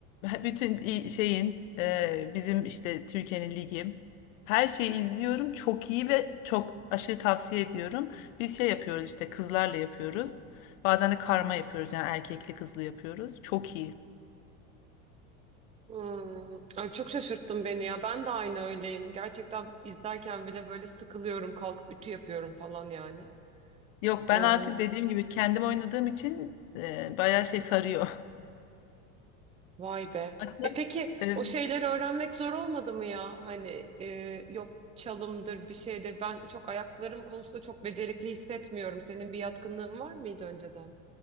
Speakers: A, on the left (about 70°); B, on the right (about 15°).
A: bütün i- şeyin e, bizim işte Türkiye'nin ligi her şeyi izliyorum. Çok iyi ve çok aşırı tavsiye ediyorum. Biz şey yapıyoruz işte kızlarla yapıyoruz. Bazen de karma yapıyoruz yani erkekli kızlı yapıyoruz. Çok iyi.
B: Hmm, ay çok şaşırttın beni ya. Ben de aynı öyleyim. Gerçekten izlerken bile böyle sıkılıyorum, kalkıp ütü yapıyorum falan yani.
A: Yok ben
B: Ee,
A: artık dediğim gibi kendim oynadığım için e, bayağı şey sarıyor.
B: vay be.
A: <laughs> Hatta
B: E peki
A: e,
B: o şeyleri öğrenmek zor olmadı mı ya? Hani e, yok çalımdır bir şeydir. Ben çok ayaklarım konusunda çok becerikli hissetmiyorum. Senin bir yatkınlığın var mıydı önceden?